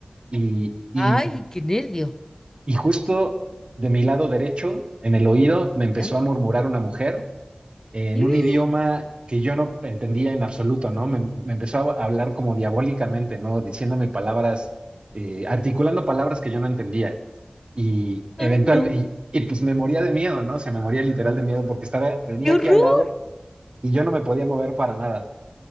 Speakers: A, on the right; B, on the left.
A: Y, y,
B: ¡Ay, qué nervio!
A: y justo de mi lado derecho, en el oído, me empezó
B: ¿Ya?
A: a murmurar una mujer en
B: <gasps>
A: un idioma que yo no entendía en absoluto, ¿no? Me, me empezó a hablar como diabólicamente, ¿no? Diciéndome palabras, eh, articulando palabras que yo no entendía. Y eventualmente,
B: ¡Ay, no!
A: y, y, pues me moría de miedo, ¿no? se me moría literal de miedo porque estaba, tenía
B: ¡Qué
A: aquí
B: horror!
A: al lado y yo no me podía mover para nada.